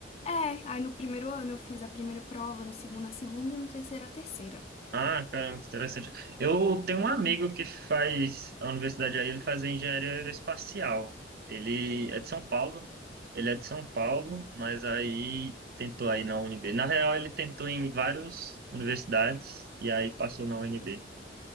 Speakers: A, on the left; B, on the right.
A: É, aí no primeiro ano eu fiz a primeira prova, no segundo a segunda e no terceiro a terceira.
B: Ah, cara, interessante. Eu tenho um amigo
A: Hum.
B: que faz a universidade aí, ele faz engenharia aeroespacial. Ele é de São Paulo. Ele é de São Paulo, mas aí tentou aí na UNB. Na real, ele tentou em várias universidades e aí passou na UNB.